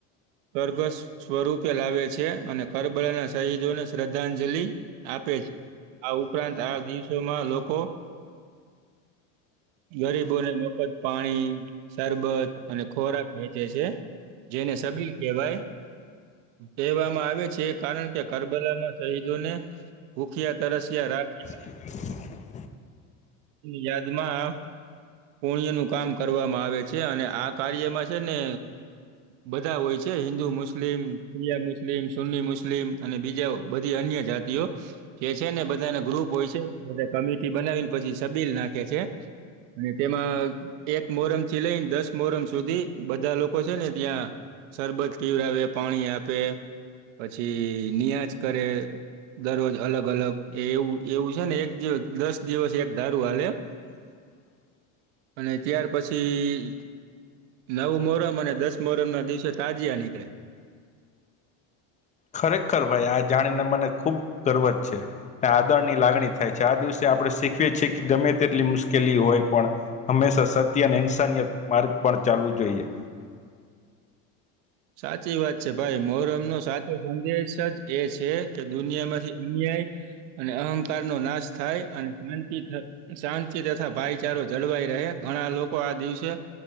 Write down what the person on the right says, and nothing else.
કરગસ સ્વરૂપે લાવે છે અને કરબળના શહીદોને શ્રદ્ધાંજલિ, આપે છે આ ઉપરાંત આ દિવસોમાં લોકો- ગરીબોને મફત પાણી સરબત અને ખોરાક જે છે જેને સબી કહેવાય. કહેવામાં આવે છે કારણ કે કરબલામાં શહીદોને, ભૂખિયા તરસિયા રાખી ન
યાદમાં, પુણ્ય નું કામ કરવામાં આવે છે અને આ કાર્યમાં છે- ને, બધા હોય છે હિન્દુ મુસ્લિમ સિયા, મુસ્લિમ સુન્ની મુસ્લિમ અને બીજા, બધી અન્ય જાતિઓ, કે જે છે ને બધાને ગ્રુપ હોય છે બધ કમિટી બનાવીને પછી સબીલ નાખે છે, અને તેમાં એક મોહરમ થી લઈને દસ મોહરમ સુધી. બધા લોકો છે ને ત્યાં, સરરબત પીવડાવે પાણી આપે. પછી નિયાજ કરે. દરરોજ અલગ અલગ એ એવું એવું છે ને એક દસ દિવસ એક દારૂ હાલે
અને ત્યાર પછી નવું મોરમ અને દસ મોરમ ના દિવસે તાજયા નીકળે.
સાચી વાત છે ભાઈ મોર એમનો સાચો સંદેશ જ એ છે કે દુનિયા માંથી અન્યાય અને અહંકાર નો નાશ થાય અને શાંતિબનૈ શાંતિ તથા ભાઈચારો જળવાઈ રહે ઘણા લોકો આ દિવસે